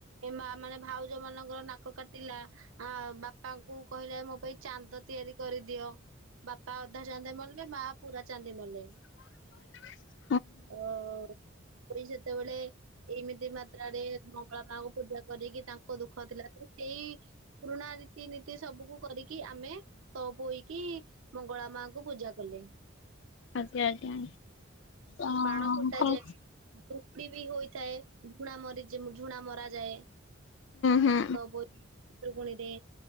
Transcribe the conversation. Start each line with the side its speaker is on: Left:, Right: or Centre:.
Right: ଏ ମା ମାନେ ଭାଉଜ ମାନଙ୍କର ନାକ କାଟିଲା। ଆ ବାପାଙ୍କୁ କହିଲା ମୋ ପାଇଁ ଚାନ୍ଦ ତିଆରି କରିଦିଅ। ବାପା ଅଧା ଚାନ୍ଦି ମଲେ। ମା ପୁରା ଚାନ୍ଦି ମଲେ।
Left: <unintelligible>
Right: ଅ ସେତେବେଳେ ଏମିତି ମାତ୍ରାରେ ମଙ୍ଗଳା ମାଙ୍କୁ ପୂଜା କରିକି ତାଙ୍କ ଦୁଃଖ ଥିଲା ତ ସେଇ ପୁରୁଣା ରୀତିନୀତି ସବୁକୁୁ କରିକି ଆମେ ତପୋଇକି ମଙ୍ଗଳା ମାଙ୍କୁୁ ପୂଜା କଲେ।
Left: ଆଜ୍ଞା ଆଜ୍ଞା। ଅ
Right: ବାଣ ଫୁଟା
Left: ହୁଁ
Right: ଯାଏ ବୁକୁଡି ବି ହୋଇଥାଏ। ଝୁଣା ମରି ଯେ ଝୁଣା ମରାଯାଏ।
Left: ହୁଁ।
Right: ତ ବୋଇ ଖୁଦୁକୁଣୀରେ